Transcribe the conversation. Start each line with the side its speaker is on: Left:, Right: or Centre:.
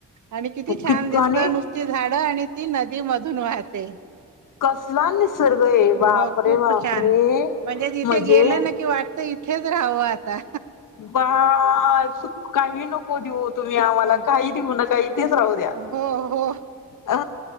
Right: आणि किती छान
Left: कित
Right: दिसतं
Left: आणि
Right: नुसती झाडं आणि ती नदी मधून वाहते
Left: कसला निसर्ग आहे
Right: <unintelligible> ब
Left: बापरे
Right: खूप
Left: बापरे
Right: छान म्हणजे तिथे
Left: म्हणजे
Right: गेलं ना कि वाट तर इथेच राहावं आता
Left: बा काही नको देऊत. तुम्ही आम्हाला
Right: हो
Left: काही ठऊ नका इथेच राहू
Right: हो
Left: द्या
Right: हो
Left: अ